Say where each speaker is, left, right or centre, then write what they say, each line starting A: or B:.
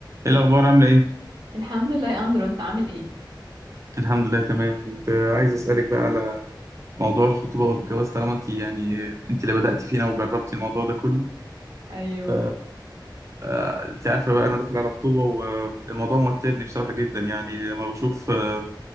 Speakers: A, on the right; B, on the right.
A: ايه الاخبار عامله ايه
B: الحمد لله يا اندرو انت عامل ايه
A: الحمد لله تمام كنت آه، عايز اسالك بقى على موضوع الخطوبه والجواز طالما انت يعني آه، انت اللي بداتي فينا وجربتي الموضوع ده كله
B: ايوه
A: ف آه، انت عارفه بقى انا داخل على خطوبه والموضوع موترني بصراحه جدا يعني لما بشوف آه،